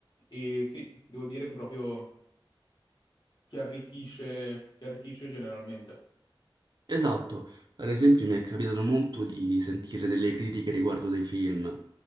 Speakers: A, on the left; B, on the right.
A: E sì, devo dire che proprio ti arricchisce, ti arricchisce generalmente.
B: Esatto, ad esempio mi è capitato molto di sentire delle critiche riguardo dei film,